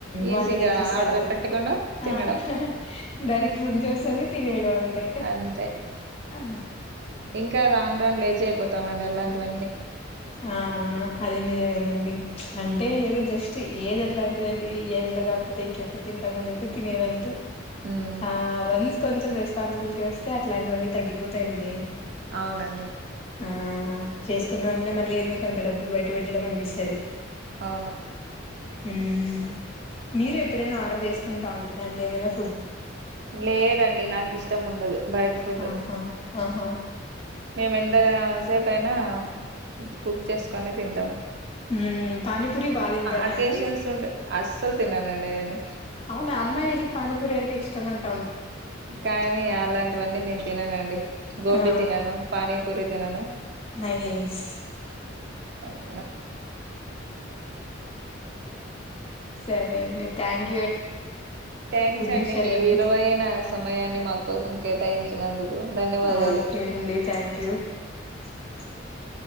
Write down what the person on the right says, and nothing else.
ఈజీగా
ఆర్డర్ పెట్టకుండా తినడం
అంతే
ఇంకా రాను రాను లేచ్ అయ్యిపోతామండి ఎలాంటివ
ఉమ్
అవునండి
అవును
లేదండి నాకు ఇష్టం ఉండదు బయిట్ ఫుడ్
మేము ఎంత సేపు అయినా హ్న హ్నా కుక్ చేసుకుని తింటాం
అకేషన్స్
ఉంటే అస్సలు తిననండి నేను
కానీ అలాంటివన్నీ నేను తిననండి గోబీ
తినను పానీపూరి తినను
ఆ
థ్యాంక్స్ అండి
మీ విలువైన సమయాన్ని మా కోసం కేటాయించినందుకు ధన్యవాదాలు